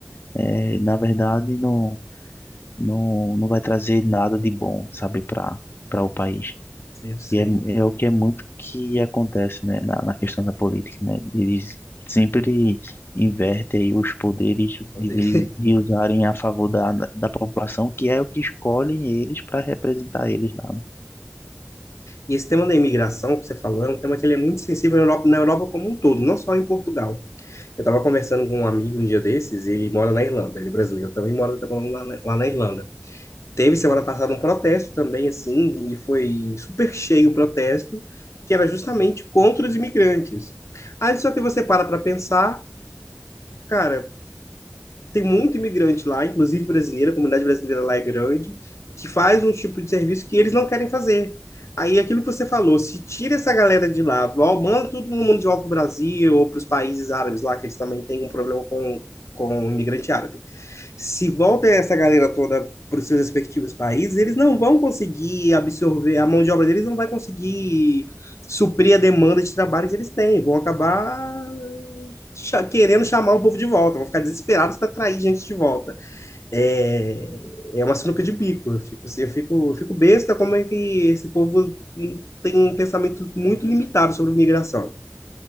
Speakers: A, on the left (about 50°); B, on the left (about 80°).
A: eh, na verdade, não, não, não vai trazer nada de bom, sabe, para para o país.
B: Eu sei.
A: E é, é o que é muito que acontece, né, na, na questão da política, né? Eles sempre invertem aí os poderes
B: Meu
A: de,
B: Deus.
A: vez- de usarem a favor da, da população, que é o que escolhem eles para representar eles lá, né?
B: E esse tema da imigração que você falou é um tema que ele é muito sensível na Europa, na Europa como um todo, não só em Portugal. Eu estava conversando com um amigo um dia desses, e ele mora na Irlanda, ele é brasileiro, também mora tá morando lá, na- lá na Irlanda. Teve semana passada um protesto também, assim, e foi super cheio o protesto, que era justamente contra os imigrantes. Aí só que você para para pensar, Cara, tem muito imigrante lá, inclusive brasileira, a comunidade brasileira lá é grande, que faz um tipo de serviço que eles não querem fazer. Aí aquilo que você falou, se tira essa galera de lá, vol- manda todo mundo de volta para o Brasil ou para os países árabes lá, que eles também têm um problema com, com o imigrante árabe. Se volta essa galera toda para os seus respectivos países, eles não vão conseguir absorver, a mão de obra deles não vai conseguir suprir a demanda de trabalho que eles têm, vão acabar cha- querendo chamar o povo de volta, vão ficar desesperados para atrair gente de volta. É, é uma sinuca de bico. Eu fico, assim, eu fico, eu fico besta como é que esse povo hum, tem um pensamento muito limitado sobre migração.